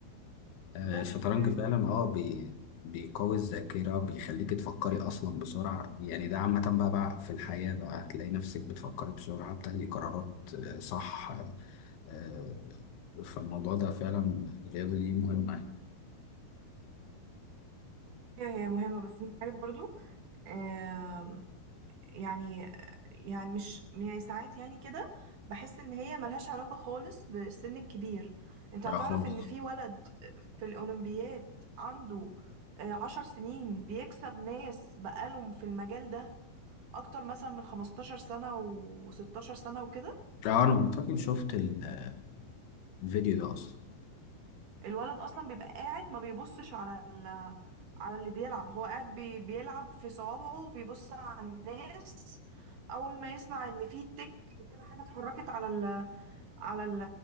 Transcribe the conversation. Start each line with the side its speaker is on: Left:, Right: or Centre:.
Left: آه،
Right: بس
Left: الشطرنج
Right: يعني
Left: فعلا اه بي بيقوي الذاكرة بيخليك تفكري أصلا بسرعة يعني ده عامة بقى, بقى في الحياة بقى هتلاقي نفسك بتفكري بسرعة بتاخدي قرارات آه، صح آه، فالموضوع ده فعلا الرياضة دي مهمة يعني
Right: هي هي مهمة بس انت عارف برضو آم، يعني يعني مش يعني ساعات يعني كده بحس ان هي ملهاش علاقة خالص بالسن الكبير انت هتعرف
Left: آه، خالص
Right: ان في ولد في الاولمبياد عنده آه، عشر سنين بيكسب ناس بقالهم في المجال ده اكتر مثلا من 15 سنة و16 سنة وكده
Left: آه، أنا أعتقد شفت ال- الفيديو ده أصلا
Right: الولد اصلا بيبقى قاعد ما بيبصش على ال... على اللي بيلعب هو قاعد بي... بيلعب في صوابعه وبيبص على الناس اول ما يسمع ان في تك كده حاجه اتحركت على ال... على ال...